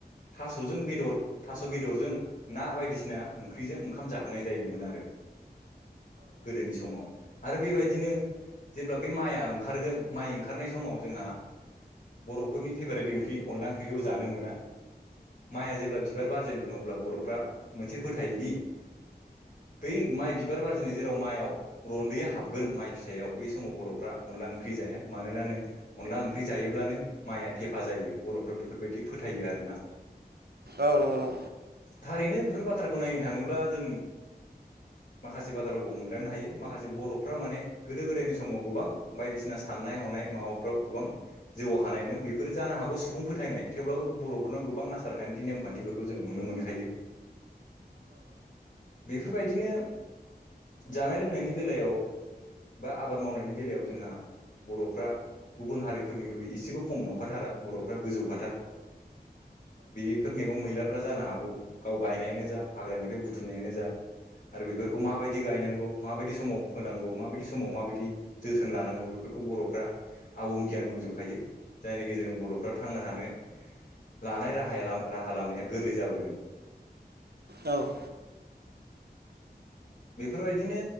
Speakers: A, on the left; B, on the right.
A: थास'जों बेदर थास' बेदरजों ना बायदिसिना ओंख्रिजों ओंखाम जाहोनाय जायोमोन आरो। गोदोनि समाव आरो बेबायदिनो जेब्ला बे माइआ ओंखारगोन माइ ओंखारनाय समाव जोंहा बर'फोरनि फेभारेट ओंख्रि अनला ओंख्रिखौ जानो मोना। माइया जेब्ला बिबार बारजेनगोन अब्ला बर'फ्रा मोनसे फोथायोदि बै माइ बिबार बारजायनाय जेराव माइयाव रन्दैया हाबगोन माइ फिथाइयाव बै समाव बर'फ्रा अनला जाया मानोनानो अनला ओंख्रि जायोब्लानो माइया थेफा जायो बर'फ बेफोरबायदि फोथायो आरोना।
B: औ नंगौ।
A: थारैनो बेफोर बाथ्राखौ नायनो थाङोब्ला जों माखासे बाथ्राफोरखौ हमदांनो हायो माखासे बर'फ्रा माने गोदो गोदायनि समाव गोबां बायदिसिना साननाय हनाय माबाफ्राव गोबां जौगाखानायमोन बेफोर जानो हागौ सुबुं फोथायनाय थेवब्लाबो बर'फोराव गोबां आसार खान्थि नेमखान्थिफोरखौ जों नुनो मोनखायो। बेफोरबायदिनो जानाय लोंनायनि बेलायाव बा आबाद मावनायनि बेलायाव जोंहा बर'फ्रा गुबुन हारिफोरनिख्रुइ एसेबो खम नंखाथारा बर'फ्रा गोजौखाथार बेफोर मैगं मैलाफ्रा जानो हागौ गाव गायनायानो जा हाग्रानिफ्राय बुथुमनायानो जा आरो बेफोरखौ माबायदि गायनांगौ माबायदि समाव फोनांगौ माबायदि समाव माबायदि जोथोन लानांगौ बे फोरखौ बर'फ्रा आबुं गियान दंजोबखायो जायनि गेजेरजों बर'फ्रा थांना थानो लानाय र राहा लामाया गोरलै जाबोदों।
B: औ
A: बेफोरबायदिनो